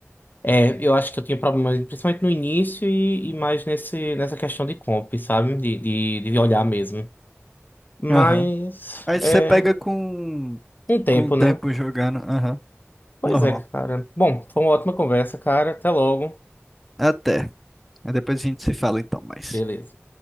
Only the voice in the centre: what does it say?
Aham. Aí você
pega com
com o tempo
jogando. Aham.
Normal.
Até. Aí Depois a gente se fala então mais.